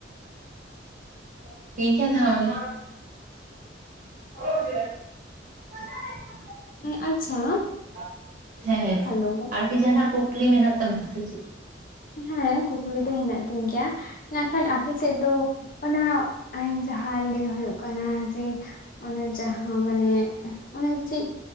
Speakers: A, on the right; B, on the left.
A: <inaudible> ᱴᱷᱤᱠ ᱜᱮᱭᱟ ᱛᱟᱦᱚᱞᱮ ᱾ <inaudible>
B: ᱦᱮᱸ ᱟᱪᱪᱷᱟ
A: <inaudible> ᱦᱮᱸ ᱦᱮᱸ
B: ᱦᱮᱞᱳ
A: ᱟᱨᱠᱤ ᱡᱟᱦᱟᱱᱟᱜ ᱠᱩᱠᱞᱤ ᱢᱮᱱᱟᱜ ᱛᱟᱢᱟ ᱥᱮ ᱪᱮᱫ?
B: ᱦᱮᱸ ᱠᱩᱠᱞᱤ ᱫᱚ ᱦᱮᱱᱟᱜ ᱛᱤᱧ ᱜᱮᱭᱟ᱾ ᱱᱟᱜ ᱠᱷᱟᱱ ᱟᱯᱮ ᱥᱮᱫ ᱫᱚ ᱚᱱᱟ ᱡᱟᱦᱟᱸ ᱞᱟᱹᱭ ᱦᱩᱭᱩᱜ ᱠᱟᱱᱟ ᱡᱮ ᱚᱱᱮ ᱡᱟᱦᱟᱸ ᱢᱟᱱᱮ ᱚᱱᱮ ᱪᱮᱫ